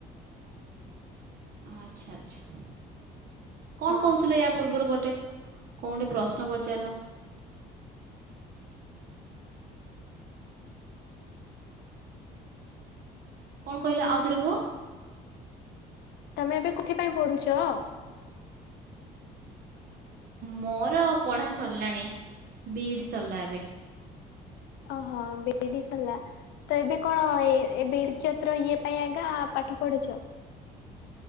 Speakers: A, on the right; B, on the left.
A: ଆଚ୍ଛା ଆଚ୍ଛା କଣ
B: ହଁ
A: କୋହୁଥିଲ ୟା ପୂର୍ବରୁ ଗୋଟେ କଣଟେ ପ୍ରଶ୍ନ ପଚାରିଲ? କଣ କହିଲ ଆଉ ଥରେ କୁହ।
B: ତମେ ଏବେ କୋଉଥିପାଇଁ ପଢୁଚ?
A: ମୋର ପଢ଼ା ସରିଲାଣି ବିଇଡ଼୍ ସରଲା ଏବେ।
B: ଓହୋ ବିଇଡି ସରଲା। ତ ଏବେ କଣ ଏ ଏବେ ଶିକ୍ଷତ୍ର ଇଏ ପାଇଁ ଆଗା ପାଠ ପଢ଼ୁଚ?